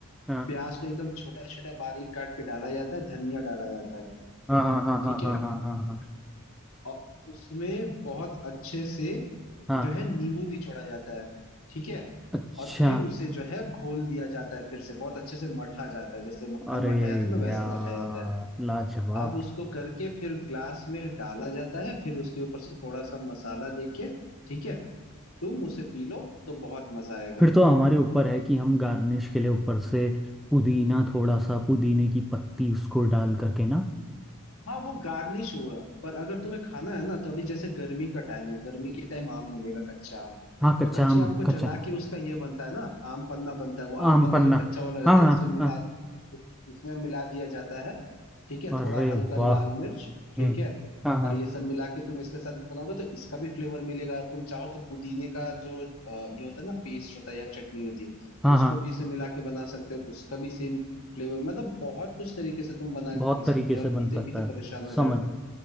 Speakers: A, in the centre; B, on the left.
A: हाँ
B: प्याज को एकदम छोटा छोटा बारीक काट के डाला जाता है धनिया डाला जाता है
A: हाँ हाँ हाँ
B: ठीक
A: हाँ
B: है
A: हाँ हाँ हाँ हाँ
B: और उसमें बहुत अच्छे से
A: हाँ
B: जो है नींबू निचोड़ा जाता है ठीक है
A: अच्छा
B: और फिर उसे जो है घोल दिया जाता है फिर से बहुत अच्छे से मठा जाता है जैसे मक्खन
A: अरे
B: मठा जाता है ना
A: यार
B: वैसे मठा जाता है
A: लाजवाब
B: अब उसको करके फिर ग्लास में डाला जाता है फिर उसके ऊपर से थोड़ा सा मसाला देके ठीक है तुम उसे पी लो तो बहुत मजा आएगा
A: फिर तो हमारे ऊपर है कि हम गार्निश के लिए ऊपर से पुदीना थोड़ा सा पुदीने की पत्ती उसको डाल करके ना
B: हाँ वो गार्निश हुआ पर अगर तुम्हें खाना है ना तो अभी जैसे गर्मी का टाइम है गर्मी के टाइम आम मिलेगा कच्चा आम
A: हाँ कच्चा
B: तो कच्चे
A: आम
B: आम को
A: कच्चा
B: जला के उसका ये बनता है ना आम पन्ना बनता है वो आम
A: आम
B: पन्ना
A: पन्ना
B: जो कच्चा वाला रहता
A: हाँ
B: है
A: हाँ
B: इसमें मिला
A: हाँ
B: इसमें मिला दिया जाता है ठीक है
A: अरे
B: थोड़ा हल्का
A: वाह
B: लाल मिर्च ठीक
A: हम्म
B: है
A: हाँ हाँ
B: और ये सब मिला के तुम इसके साथ बनाओगे तो इसका भी फ्लेवर मिलेगा तुम चाहो तो पुदीने का जो अ, ये होता है ना पेस्ट होता है या चटनी होती है
A: हाँ
B: उसको
A: हाँ
B: भी इसमें मिला के बना सकते हो उसका भी सेम फ्लेवर मतलब बहुत कुछ तरीके से तुम बना के
A: बहुत
B: पी सकते
A: तरीके
B: हो
A: से
B: और
A: बन
B: पीते
A: सकता
B: पीते
A: है
B: परेशान हो
A: समझ
B: जाओगे